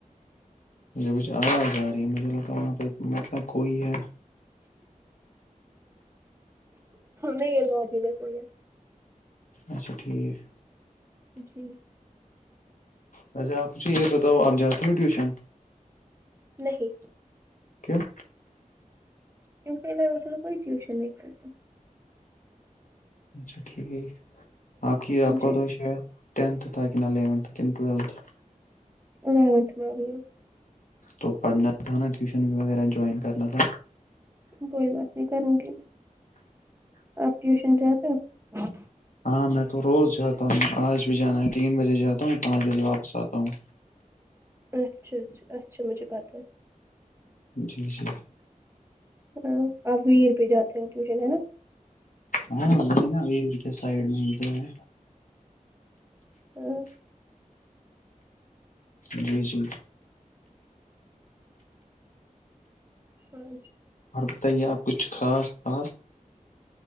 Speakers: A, on the left; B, on the right.
A: مجھے کچھ آ رہا ہے گاڑی میں مجھے لگاتا وہاں پہ مت نہ کوئی ہے
B: نہیں یہ لو ادھیر کوئی ہے
A: اچھا ٹھیک
B: جی
A: ویسے آپ مجھے یہ بتاؤ آپ جاتی ہو ٹیوشن
B: نہیں
A: کیوں
B: کیونکے میں اتنا کوئی ٹیوشن نہیں پڑھتی
A: اچھا ٹھیک آپ کی آپ کا
B: جی
A: تو شاید ٹنتھ تھا کا نہ الیونتھ کن ٹوویلتھ
B: یلونٹھ ٹویلتھ یہ
A: تو پڑھنا تھا نا ٹیوشن وغیرہ جوائن کرنا تھا
B: کوئی بات نہیں کروں گی آپ ٹیوشن جاتے ہو ہاں
A: ہاں میں تو روز جاتا ہوں آج بھی جانا ہے تین بجے جاتا ہوں پانچ بجے واپس آتا ہوں
B: اچھا اچھا اچھا مجھے پتہ ہے
A: جی جی
B: ہون آپ ویر پے جاتے ہو ٹیوشن ہے نہ
A: ہاں وہی نا یہ انکے سائڈ میں ہی تو ہے
B: ہاں
A: جی جی
B: ہاں جی
A: اور بتائیے آپ کچھ خاص خاص